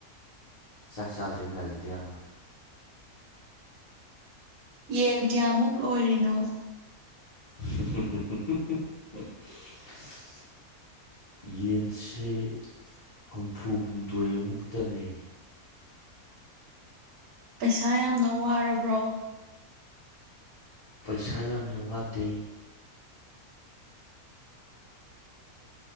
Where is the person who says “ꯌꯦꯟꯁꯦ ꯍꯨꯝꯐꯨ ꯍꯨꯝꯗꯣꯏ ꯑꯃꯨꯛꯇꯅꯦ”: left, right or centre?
Left